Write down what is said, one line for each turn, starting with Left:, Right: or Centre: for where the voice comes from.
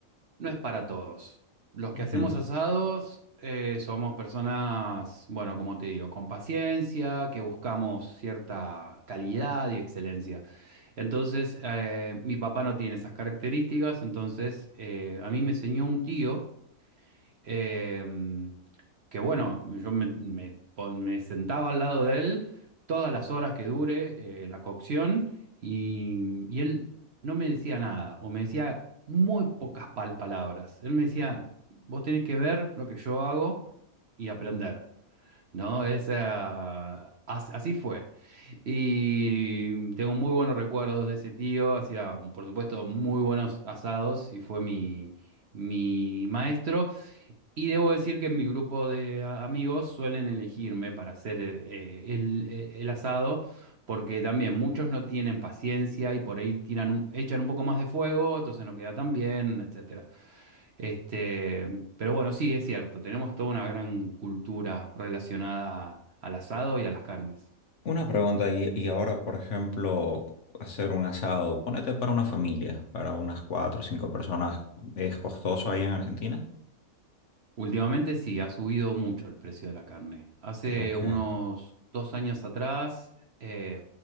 Right: no es para todos. Los que
Left: Ujú.
Right: hacemos asados eh, somos personas, bueno, como te digo, con paciencia, que buscamos cierta calidad y excelencia. Entonces, eh, mi papá no tiene esas características, entonces eh, a mí me enseñó un tío em, que bueno, yo me, me pon- me sentaba al lado de él todas las horas que dure eh, la cocción y, y él no me decía nada o me decía muy pocas pal- palabras. Él me decía, vos tenés que ver lo que yo hago y aprender, ¿no? Esa, as- así fue. Y tengo muy buenos recuerdos de ese tío, hacía por supuesto muy buenos asados y fue mi, mi maestro. Y debo decir que en mi grupo de a- amigos suelen elegirme para hacer eh, eh, el, eh, el asado, porque también muchos no tienen paciencia y por ahí tiran un- echan un poco más de fuego, entonces no queda tan bien, etcétera. Este, pero bueno, sí, es cierto, tenemos toda una gran cultura relacionada al asado y a las carnes.
Left: Una pregunta, y, y ahora, por ejemplo, hacer un asado, ponete para una familia, para unas cuatro o cinco personas, ¿es costoso ahí en Argentina?
Right: Últimamente sí, ha subido mucho el precio de la carne. Hace
Left: Ok,
Right: unos dos años atrás, eh,